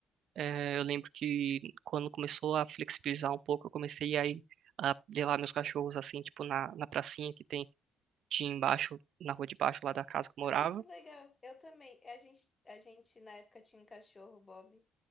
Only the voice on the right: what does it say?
É, eu lembro que quando começou a flexibilizar um pouco, eu comecei aí a levar meus cachorros assim, tipo na, na pracinha que tem tinha embaixo, na rua de baixo lá da casa que eu
morava.